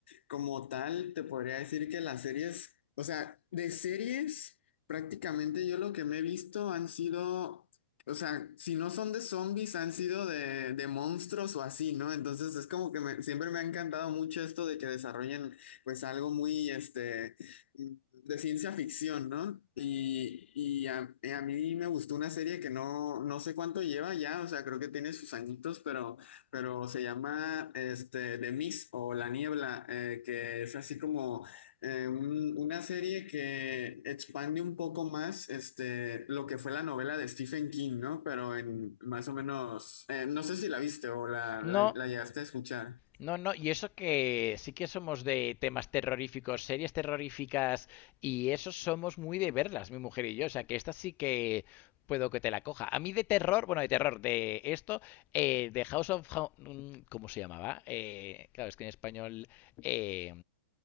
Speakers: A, on the left; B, on the left.
A: como tal te podría decir que las series, o sea, de series prácticamente yo lo que me he visto han sido, o sea, si no son de zombies, han sido de, de monstruos o así, ¿no? Entonces es como que me- siempre me ha encantado mucho esto de que desarrollen pues algo muy, este de ciencia ficción, ¿no? Y, y a, eh, a mí me gustó una serie que no, no sé cuánto lleva ya, o sea, creo que tiene sus añitos, pero, pero se llama este, The Mist o La Niebla, eh, que es así como eh, un- una serie que expande un poco más este, lo que fue la novela de Stephen King, ¿no? Pero en más o menos, eh, no sé si la viste o la, la,
B: No,
A: la llegaste a escuchar.
B: No, no, y eso que sí que somos de temas terroríficos, series terroríficas, y eso somos muy de verlas, mi mujer y yo. O sea, que esta sí que puedo que te la coja. A mí de terror, bueno, de terror, de esto, eh, de House of... Ho- mm, ¿Cómo se llamaba? Eh, claro, es que en español... eh,